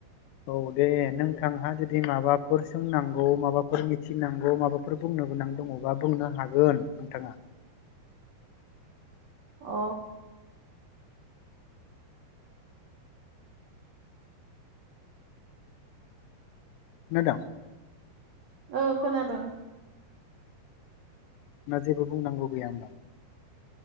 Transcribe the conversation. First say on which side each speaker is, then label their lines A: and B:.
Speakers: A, on the left; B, on the right.
A: औ दे नोंथांहा जुदि माबाफोर सोंनांगौ माबाफोर मिथिनांगौ माबाफोर बुं गोनां दङबा बुंनो हागोन नोंथां
B: अ
A: <inaudible>
B: औ खोनादों
A: ना जेबो बुंनांगौ गैया होमबा